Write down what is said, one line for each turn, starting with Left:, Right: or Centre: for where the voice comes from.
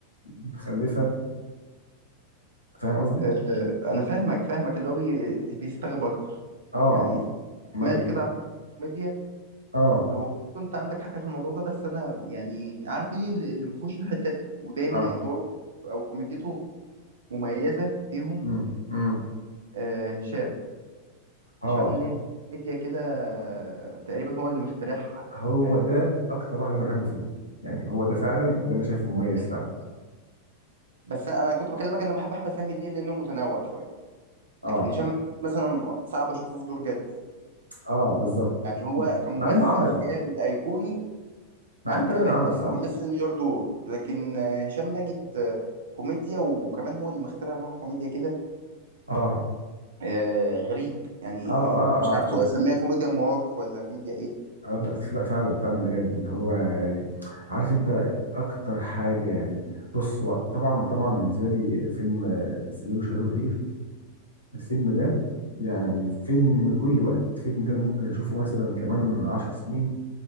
Left: متخلفه فاهم قصدي
Right: أه انا فاهمك فاهمك اللي هو بي بيستغرب اكتر
Left: اه
Right: يعني
Left: ما
Right: مال
Left: ي...
Right: كده على الكوميديا
Left: اه
Right: هو كنت عندك حق في الموضوع ده بس انا يعني عارف مين اللي اللي ما فيهوش الحته دي ودايما
Left: اه
Right: ادواره او كوميديته مميزه فيهم
Left: امم امم
Right: أه هشام
Left: اه
Right: هشام ليه كوميديا كده آه، تقريبا هو اللي مخترعها يعني
Left: هو
Right: فاهم
Left: ده اكتر واحد انا بحبه فيهم يعني هو ده فعلا اللي انا شايفه مميز فعلا
Right: بس انا كنت بكلمك انا بحب احمد فهمي ليه لانه متنوع شويه
Left: اه
Right: لكن هشام مثلا صعب اشوفه في دور جد
Left: اه بالظبط
Right: يعني هو كممثل
Left: مع انه عمل
Right: كامل ايقوني
Left: مع
Right: احمد
Left: انه تقريبا
Right: فهمي
Left: عمل
Right: مثلا
Left: صح
Right: بيمثل مليار دور لكن آه، هشام ماجد آه، كوميديا وكمان هو اللي مخترع نوع كوميديا كده
Left: اه
Right: آه، غريب يعني
Left: اه اه
Right: آه، مش عارف كو-
Left: اه
Right: اسميها كوميديا مواقف ولا كوميديا ايه
Left: اه ب- ف- فعلا فعلا بجد اللي هو يعني عارف انت اكتر حاجه يعني بص هو طبعا طبعا بالنسبه لي فيلم آه، سمير وشهير وبهير الفيلم ده يعني فيلم كل وقت الفيلم ده انا ممكن اشوفه مثلا كمان عشر سنين